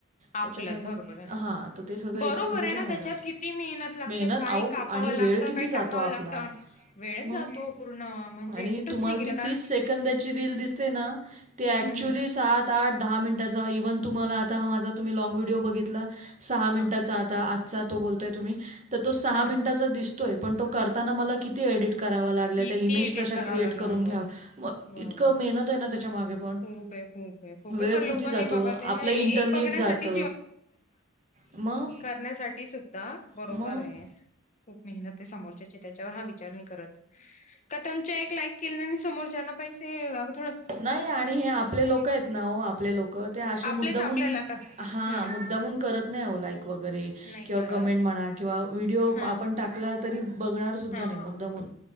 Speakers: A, on the right; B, on the left.
A: त्यांच्यामुळे
B: आपलंच
A: मग
B: बरोबर आहे
A: हा तर ते सगळं एका
B: बरोबर
A: व्हिडिओचे
B: आहे ना त्याच्यात
A: हजार.
B: किती मेहनत.
A: मेहनत
B: काही
A: अहो
B: कापावं
A: आणि
B: लागत
A: वेळ किती
B: काही
A: जातो
B: टाकावं
A: आपला.
B: लागतं वेळ
A: मग
B: जातो पूर्ण म्हणजे
A: आणि
B: कुठंच
A: तुम्हाला
B: नाही गेला.
A: ती तीस सेकंदची रील दिसते ना ते ऍक्चुली
B: हम्म
A: सात आता दहा मिनटाचा इव्हन तुम्हाला आता हा माझ तुम्ही लॉग व्हिडिओ बघला सहा मिनटाचा.
B: हा
A: आता आजचा तो बोलतोय तुम्ही तो सहा
B: हा
A: मिनिटांचा दिसतोय पण तो करताना मला किती एडिट. करावा लागलाय
B: किती
A: त्या इमेज
B: एडिट
A: तश
B: करावं
A: क्रिएट
B: लागलं
A: करून घ्या
B: बर बरोबर
A: इतका मेहनत आहे ना त्याच्या मागे पण.
B: खूप आहे खूप आहे खूप
A: वेळ
B: आहे पण
A: कुती
B: लोक नाही
A: जातो
B: बघत
A: आपलं
B: आहे ना एक
A: इंटरनेट
B: बघण्यासाठी
A: जात मग.
B: ण्यासाठी सुद्धा बरोबर
A: मग
B: आहे, खूप मेहनत समोरच्याची त्याच्यावर हा विचार नाही करत. का तुमच्या एक लाईक केल्याने समोरच्या ना पैसे येता
A: नाही आणि हे आपले लोक आहेत ना हो आपले लोक ते असे
B: आपलेच
A: मुद्दामून.
B: आपल्याला तर
A: हा
B: हम्म
A: मुद्दामून करत नाही अहो लाईक वगैरे
B: नाही
A: किंवा
B: करत
A: कमेंट म्हणा किंवा व्हिडिओ
B: हा
A: आपण टाक टाकला तरी बघणार सुद्धा
B: हा
A: नाही
B: हा
A: मुद्दामून.